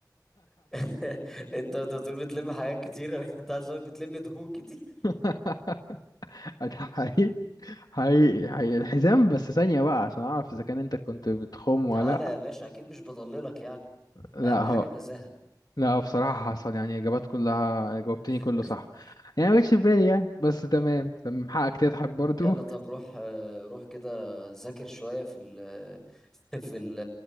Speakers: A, in the centre; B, on the left.
A: <laughs> انت انت بتقول بتلم حاجات كتير <laughs> انا كنت عايز اقولك بتلم دهون كتير
B: <laughs> <laughs> ده حقيقي حقيقي حقيقي الحزام بس ثانية بقى عشان أعرف إذا كان أنت كنت بتخم ولا
A: تعالى
B: لأ
A: يا باشا اكيد مش بضللك يعني
B: لأ
A: اهم
B: ها
A: حاجة النزاهة
B: لأ بصراحة حصل يعني إجابات كلها جاوبتني
A: <laughs>
B: كله صح يعني ما جتش في بالي يعني بس تمام تمام حقك تضحك برضو
A: يلا طب روح آه، روح كده ذاكر شوية في ال <laughs> في ال-